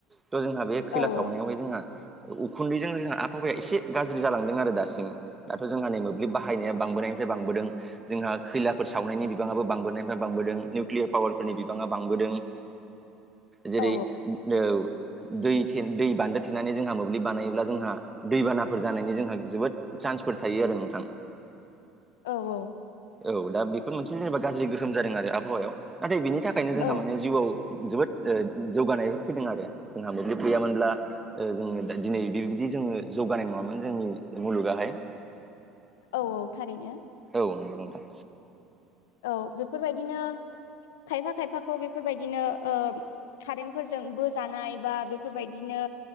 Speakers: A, on the right; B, on the left.
A: थ' जोंहा बे
B: औ
A: खैला सावनायावहाय जोंहा उखुन्दैजों जोंहा आबहावाया एसे गाज्रि जालांदों आरो दासिम दाथ' जोंहा नै मोब्लिब बाहायनाया बांबोनायनिफ्राय बांबोदों। जोंहा खैलाफोर सावनायनि बिबाङाबो बांबोनायनिफ्राय बांबोदों। निउ क्लियार पावारफोरनि बिबाङा बांबोदों जेरै
B: औ
A: ओ दै थे दै बान्दो थेनानै जोंहा मोब्लिब बानायोब्ला जोंहा दैबानाफोर जानायनि जोंहा जोबोद चान्सफोर थायो आरो नोंथां।
B: औ औ।
A: औ दा बेफोर मोनसे जेनेबा गाज्रि गोहोम जादों आरो आबहावायाव। नाथाय बेनि थाखायनो जोंहा
B: औ
A: माने जिउआव जोबोद ओ जौगानायफोर फैदों आरो जोंहा मोब्लिब गैयामोनब्ला ओ जोङो दा दिनै बिबदि जोङो जौगानाय नङामोन जोंनि मुलुगाहाय
B: औ औ थारैनो।
A: औ नंगौ नोंथां।
B: औ बेफोरबायदिनो खायफा खायफाखौ बेफोरबायदिनो ओ कारेन्टफोरजों बोजानाय बा बेफोरबायदिनो